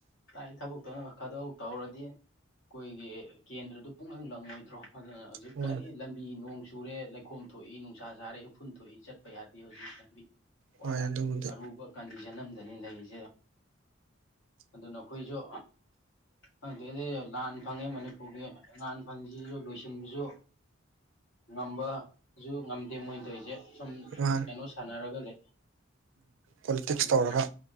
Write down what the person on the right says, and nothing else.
ꯎꯝ
ꯍꯣꯏ ꯑꯗꯨꯕꯨꯗꯤ
ꯃꯥꯅꯤ
ꯄꯣꯂꯤꯇꯤꯛꯁ
ꯇꯧꯔꯒ